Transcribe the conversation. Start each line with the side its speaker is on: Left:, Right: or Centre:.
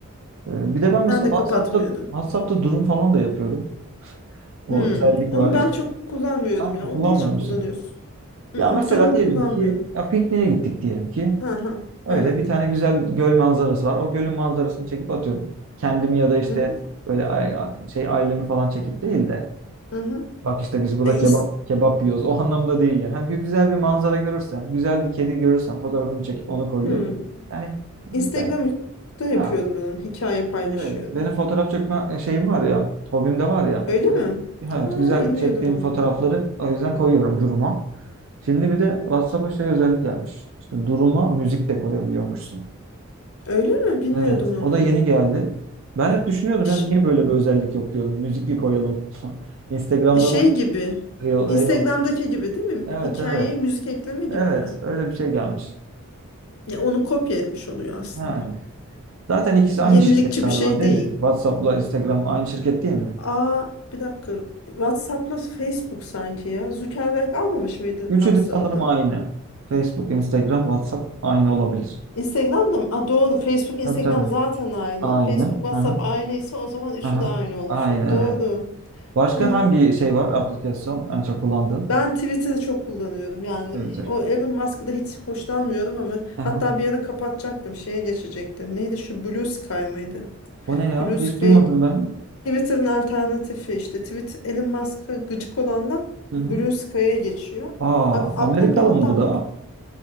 Right: E, bir de ben mesela
Left: Ben de
Right: WhatsApp'ta
Left: kapatmıyorum.
Right: WhatsApp'ta durum falan da yapıyorum. O
Left: Hmm.
Right: özellik
Left: Onu
Right: var işte.
Left: ben çok kullanmıyorum
Right: Ne yaptın,
Left: ya. Onu
Right: kullanmıyor
Left: ne için
Right: musun?
Left: kullanıyorsun? Mm-mm,
Right: Ya mesela
Left: durum
Right: diyelim
Left: kullanmıyorum.
Right: ki ya pikniğe gittik diyelim ki.
Left: Hı hı.
Right: Öyle
Left: Evet.
Right: bir tane güzel göl manzarası var. O gölün manzarasını çekip atıyorum. Kendimi ya da işte
Left: Hı hı.
Right: böyle ay- şey ailemi falan çekip değil de
Left: Hı hı.
Right: Bak işte biz burada
Left: E, ins-
Right: kebap kebap yiyoruz. O anlamda değil yani. Ha, gü- güzel bir manzara görürsem, güzel bir kedi görürsem fotoğrafını çekip onu koyuyorum.
Left: hmm.
Right: Yani ben
Left: Instagram'da yapıyorum
Right: ha
Left: ben onu. Hikaye paylaşıyorum.
Right: evet benim fotoğraf çekme e, şeyim var ya, hobim de var ya.
Left: Öyle
Right: Hani,
Left: mi?
Right: evet
Left: Ha,
Right: güzel
Left: bilmiyordum
Right: çektiğim
Left: onu.
Right: fotoğrafları o yüzden koyuyorum duruma. Şimdi bir de WhatsApp'a şey özellik gelmiş. İşte duruma müzik de koyabiliyormuşsun.
Left: Öyle mi? Bilmiyordum
Right: Evet
Left: onu.
Right: o da yeni geldi. Ben hep düşünüyordum
Left: Ş-
Right: yani niye böyle bir özellik yok diyordum. Müzikli koyalım. <laughs> Instagram'da
Left: şey
Right: var
Left: gibi.
Right: ya, Reel,
Left: Instagram'daki
Right: Reel.
Left: gibi değil mi?
Right: Evet
Left: Hikayeye
Right: evet.
Left: müzik ekleme gibi
Right: Evet,
Left: mi?
Right: öyle bir şey gelmiş.
Left: Ya onu kopya etmiş oluyor aslında.
Right: Yani. Zaten ikisi aynı
Left: Yenilikçi
Right: şirket galiba
Left: bir şey
Right: değil
Left: değil.
Right: mi? WhatsApp'la Instagram aynı şirket değil mi?
Left: Aa bir dakika. WhatsApp'la Facebook sanki ya. Zuckerberg almamış mıydı
Right: Üçü
Left: WhatsApp'ı
Right: de sanırım
Left: da?
Right: aynı. Facebook, Instagram, WhatsApp aynı olabilir.
Left: Instagram'da mı? Aa, doğru. Facebook, Instagram
Right: Tabii tabii.
Left: zaten aynı.
Right: Aynı.
Left: Facebook, WhatsApp
Right: Aha,
Left: aynıysa o zaman üçü
Right: aha.
Left: de aynı olmuş.
Right: Aynı
Left: ol-
Right: evet.
Left: Doğru.
Right: Başka
Left: Ha.
Right: hangi şey var? Aplikasyon en çok kullandığın?
Left: Ben Twitter'ı çok kullanıyorum. Yani
Right: Twitter.
Left: o Elon Musk'ı da hiç hoşlanmıyorum ama
Right: Aha.
Left: hatta bir ara kapatacaktım. Şeye geçecektim. Neydi şu Blue Sky mıydı?
Right: O ne ya?
Left: Blue
Right: Hiç
Left: Sky
Right: duymadım ben.
Left: Twitter'ın alternatifi işte. Twitter Elon Musk'a gıcık olanlar
Right: Hı
Left: Blue
Right: hı.
Left: Sky'a geçiyor.
Right: Aa,
Left: Bak aklımda
Right: Amerikalı
Left: hatta
Right: mı bu da?
Left: bu